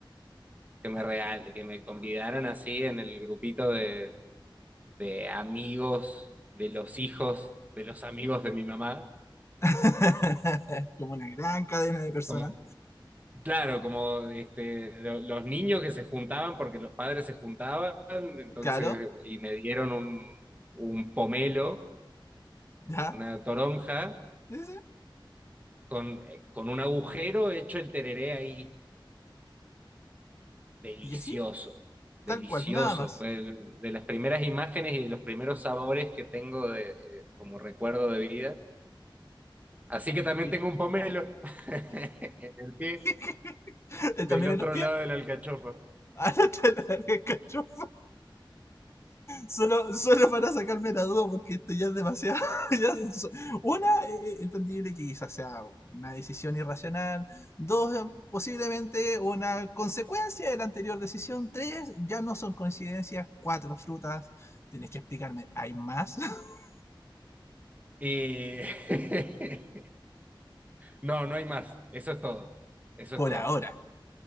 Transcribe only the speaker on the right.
que me
real,
que me convidaron así en el grupito de, de amigos de los hijos de los amigos de mi mamá.
Como, claro, como este, lo- los niños que se juntaban porque los padres se juntaban, entonces,
y me dieron un, un pomelo,
una toronja,
con, eh, con un agujero hecho el tereré ahí. Delicioso,
delicioso.
Fue el- de las primeras imágenes y de los primeros sabores que tengo de, eh, como recuerdo de vida. Así que también
tengo un pomelo <laughs> en el pie
del
otro
lado de
la alcachofa.
Y <laughs> no, no hay más. Eso es todo. Eso
es todo.